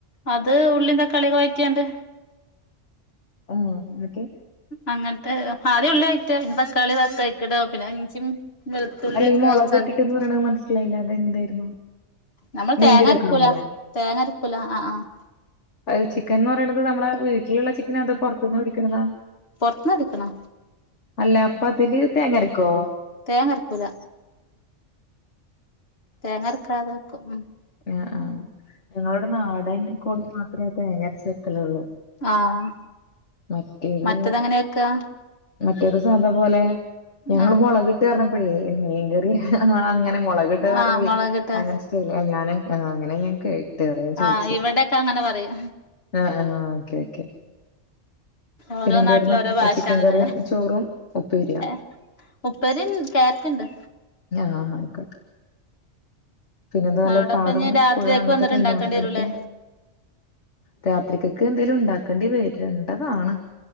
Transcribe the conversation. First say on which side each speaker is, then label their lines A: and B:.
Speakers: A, on the left; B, on the left.
A: അത് ഉള്ളിം തക്കാളിയും വയറ്റിക്കാണ്ട്.
B: <unintelligible>
A: അങ്ങനത്തെ ആദ്യം ഉള്ളി വയറ്റ പിന്നെ തക്കാളിതാക്ക അയക്ക്കട പിന്നെ ഇഞ്ചിം. വെളുത്തുള്ളിയൊക്കെ
B: അല്ല ഈ മൊളകിട്ടിട്ട്ന്ന്
A: ചതക്കി.
B: പറയണത് മനസ്സിലായില്ല അതെന്തായിരുന്നു?
A: നമ്മള്
B: മീൻകറി
A: തേങ്ങരക്കൂലാ
B: വെക്കണ പോലെ
A: തേങ്ങരക്കൂല ആഹ് ആഹ്
B: അ ചിക്കൻ എന്ന് പറയണുന്നത് നമ്മളെ വീട്ടിലുള്ള ചിക്കൻ അത് പുറത്തുന്ന് വേടിക്കണതാ?
A: പൊറത്തിന്ന് വെടിക്കണതാ.
B: അല്ല അപ്പൊ ഇതില് തേങ്ങരക്കോ?
A: തേങ്ങരക്കൂല. തേങ്ങ ആരക്കാതെവെക്കും ഉ
B: ആ ആ ഞങ്ങളുടെ നാടൻ കോഴി മാത്രമേ തേങ്ങരച്ച് വോക്കലുള്ളൂ.
A: ആഹ്
B: മറ്റേത്
A: മറ്റതെങ്ങനെ വെക്കാ
B: മറ്റേത് സാധാ പോലെ ഇങ്ങൾ
A: ആഹ്
B: മുളകിട്ട് പറഞ്ഞപ്പോഴേ മീൻകറിയ ആ അങ്ങനെ മുളക് ഇട്ട് പറമ്പ
A: ആഹ് മുളകിട്ട്
B: അങ്ങന്ടല്ല ഞൻ അങ്ങനെ <unintelligible> അതാ ഞാൻ ചോദിച്ചേ
A: ആ ഇവിടൊക്കെ അങ്ങനെ പറയും.
B: ആഹ് ആഹ് ഓക്കെ ഓക്കെ
A: ഓരോ
B: പിന്നെ എന്തായിരുന്നു
A: നാട്ടില് ഓരോ ഭാഷണല്ലോ
B: ചിക്കൻ കറിയും
A: ല്ലേ
B: ചോറും ഉപ്പേരിയാ
A: എ. ഉപ്പേരിൻ ക്യാരറ്റുണ്ട്.
B: ആഹ് ആയ്ക്കോട്ടെ. പിന്നെ എന്ത വല്യ
A: അവിടെപ്പ
B: പാടം
A: ഇനി രാത്രിയേക്ക്
B: പുഴ അങ്ങനത്തൊക്കെ
A: വന്നിട്ട് ഇണ്ടാക്കേണ്ടി
B: ഉണ്ടോ അടുത്ത്.
A: വരൂല്ലേ
B: രാത്രിക്കക്ക് എന്തെങ്കിലും ഉണ്ടാക്കെണ്ടി വരണ്ടതാണ്.